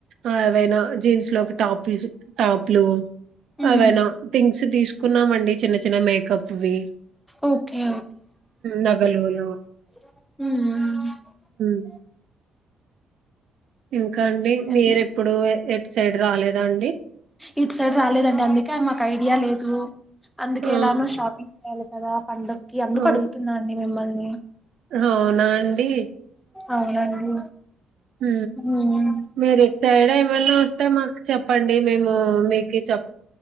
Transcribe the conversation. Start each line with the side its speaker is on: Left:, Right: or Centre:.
Right: ఆ ఏవైనా జీన్స్ లోకి ట్యాపిస్ టాప్లు
Centre: హ్మ్
Right: ఏవైనా థింగ్స్ తీసుకున్నాము అండి చిన్న చిన్న మేకప్ వి
Centre: ఓకే
Right: నగలు లులో
Centre: హ
Right: వో ఇంకా అండి
Centre: ఇంకేంటి
Right: మీరు ఎప్పుడు ఎట్ సైడ్ రాలేద అండి
Centre: ఇటు సైడ్ రాలేదండి అందుకే మాకు ఐడియా లేదు అందుకే
Right: ఆ!
Centre: ఎలానూ షాపింగ్ చేయాల కదా పండక్కి అందుకు
Right: ఆ!
Centre: అడుగుతున్నా అండి మిమ్మల్ని
Right: అవునా అండి?
Centre: అవునండి
Right: హ
Centre: హ్మ్
Right: మరు సైడ్ ఏమనా వస్తే మాకు చెప్పండి మేము మీకు చె